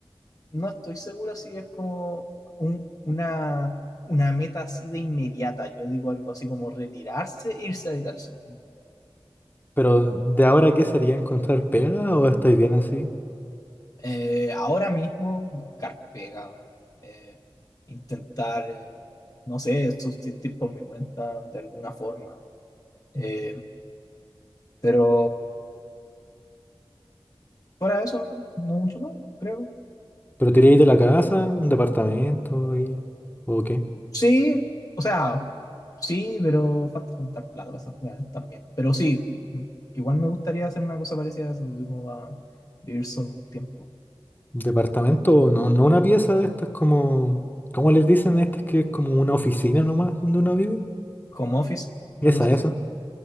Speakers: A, on the left; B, on the left.
A: no estoy seguro si es como un- una, una meta así de inmediata. Yo digo algo así como retirarse e irse a vivir al sur.
B: Pero ¿de ahora qué sería encontrar pega o estáis bien así?
A: Eh, ahora mismo buscar pega, weón. Eh, intentar, eh, no sé, subsistir por mi cuenta de alguna forma. Eh, pero fuera de eso, no mucho más, creo.
B: ¿Pero te iríais de la casa, un departamento y... ¿O qué?
A: Sí, o sea, sí, pero falta juntar plata para esas jugadas también. Pero sí, mm, igual me gustaría hacer una cosa parecida a eso, de como va a vivir solo un tiempo.
B: Departamento, no,
A: Y
B: no una pieza de estas como... ¿Cómo les dicen a estas que es como una oficina nomás donde uno vive?
A: home office, una
B: Esa,
A: cosa
B: esa.
A: así.